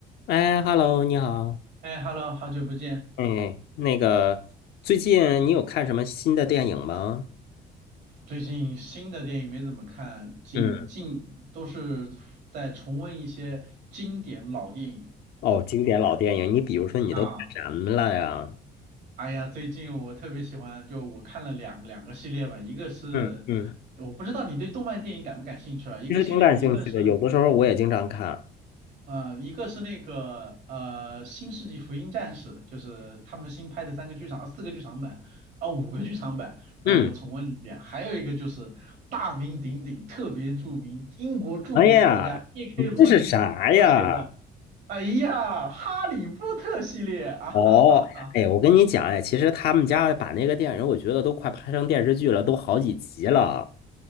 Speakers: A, on the left (about 70°); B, on the right (about 80°).
A: 哎，Hello，你好。
B: 哎，Hello，好久不见。
A: 哎，那个，最近你有看什么新的电影吗？
B: 最近新的电影没怎么看，近近都是在重温一些经典老电影
A: 嗯哦，经典老电影，你比如说你都看什么了呀？
B: 啊。哎呀，最近我特别喜欢，就我看了两两个系列吧，一个是我不知道你对动漫电影感不感兴趣啊，
A: 嗯嗯
B: 一个系列，
A: 其实挺感兴趣的，
B: 一个是
A: 有的时候我也经常看。
B: 呃，一个是那个呃《新世纪福音战士》，就是他们新拍的三个剧场，啊四个剧场版，啊五个剧场版，然后我重温了一遍。
A: 嗯
B: 还有一个就是大名鼎鼎、特别著名英国著名作家
A: 哎呀，
B: J.K.
A: 你这是啥呀？
B: 罗琳所写的，哎呀，《哈利波特》系列啊，哈哈哈
A: 哦，哎呀，我跟你讲，哎，其实他们家把那个电影，我觉得都快拍成电视剧了，都好几集了。